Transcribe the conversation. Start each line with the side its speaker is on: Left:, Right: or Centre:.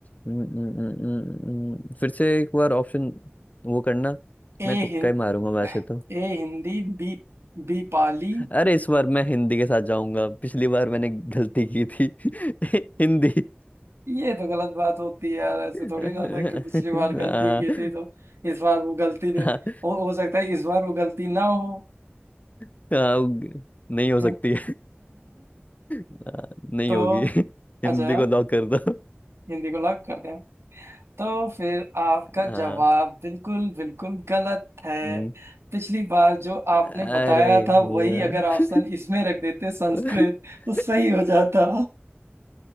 Left: हम्म, हम्म, हम्म, हम्म। फिर से एक बार ऑप्शन वो करना
Right: ए
Left: मैं तुक्का
Right: हिं,
Left: ही मारूंगा वैसे तो
Right: A Hindi B B Pali
Left: अरे इस बार मैं हिंदी के साथ जाऊंगा पिछली बार मैंने गलती की थी <laughs> हिंदी
Right: ये तो गलत बात होती है यार ऐसे
Left: <laughs>
Right: थोड़ी ना होता है कि पिछली
Left: हाँ
Right: बार गलती की
Left: <laughs>
Right: थी तो इस बार वो गलती ने
Left: हाँ,
Right: हो, हो सकता है इस बार वो गलती ना हो
Left: हाँ, नहीं हो
Right: <laughs>
Left: सकती हाँ, नहीं
Right: तो
Left: होगी <laughs> हिंदी
Right: अच्छा
Left: को लॉक कर दो
Right: हिंदी को लॉक करते हैं तो फिर आपका
Left: हाँ
Right: जवाब बिल्कुल बिल्कुल गलत है
Left: हम्म,
Right: पिछली बार जो आपने
Left: अरे
Right: बताया था वही
Left: यार
Right: अगर ऑप्शन इसमें रख देते संस्कृत
Left: <laughs>
Right: तो सही हो जाता